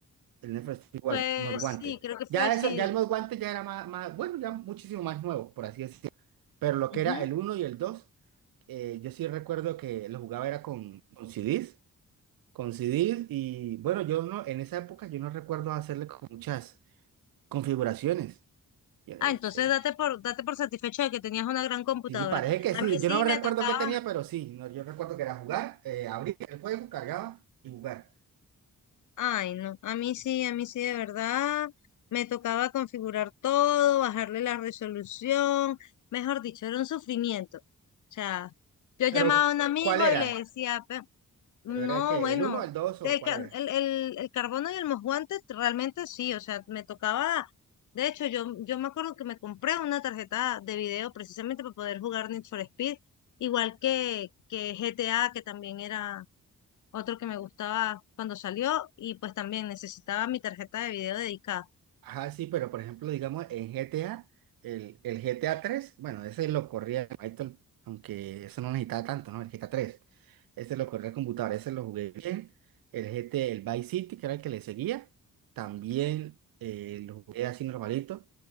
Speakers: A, on the right; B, on the left.
A: El Need for Speed was
B: Pues
A: Most Wanted.
B: sí, creo que fue
A: Ya,
B: sí.
A: eso, ya el Most Wanted ya era más, más, bueno, ya muchísimo más nuevo, por así decirlo. Pero lo que
B: Ujú.
A: era el uno y el 2, eh, yo sí recuerdo que lo jugaba era con, con CDs. con CDs y bueno, yo no, en esa época yo no recuerdo hacerle con muchas configuraciones. Y, eh,
B: Ah, entonces
A: eh,
B: date por, date por satisfecho de que tenías una gran computadora.
A: Sí, parece que
B: A
A: sí.
B: mí
A: Yo
B: sí
A: no recuerdo
B: me tocaba.
A: qué tenía, pero sí. No, yo recuerdo que era jugar, eh, abrir el juego, cargaba y jugar.
B: Ay, no, a mí sí, a mí sí, de verdad. Me tocaba configurar todo, bajarle la resolución, mejor dicho, era un sufrimiento. O sea, yo
A: Pero,
B: llamaba a un amigo
A: ¿cuál era?
B: y le decía, No,
A: ¿Pero era el qué?
B: bueno,
A: ¿El uno el dos o
B: el,
A: cuál
B: ca-
A: era?
B: el, el, el carbono y el mosguante realmente sí, o sea, me tocaba, de hecho yo, yo me acuerdo que me compré una tarjeta de video precisamente para poder jugar Need for Speed, igual que, que GTA, que también era otro que me gustaba cuando salió y pues también necesitaba mi tarjeta de video dedicada.
A: Ajá, sí, pero por ejemplo, digamos, en GTA, el, el GTA tres bueno, ese lo corría el Python, aunque eso no necesitaba tanto, ¿no? El GTA tres ese lo corría el computador, ese lo jugué bien. El GT, el Vice City, que era el que le seguía, también eh, lo jugué así normalito.